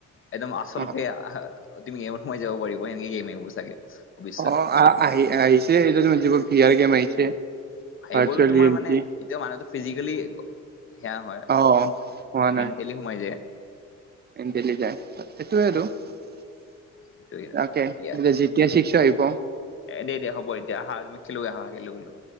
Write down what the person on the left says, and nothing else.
একদম আচল
<unintelligible> তুমি গেমত সোমাই যাব পাৰিব, সেনেকে গেম আহিব চাগে! ভৱিষ্যত
সেইবোৰো
তোমাৰ
মানে এতিয়া মানুহটো ফিজিকেলি সেয়া হয়।
মেণ্টেলি সোমাই যায়।
সেইটোৱে দিয়া
এ, দিয়া দিয়া হ'ব এতিয়া আহা তুমি খেলৈ আহা খেলোঁ, খেলোঁ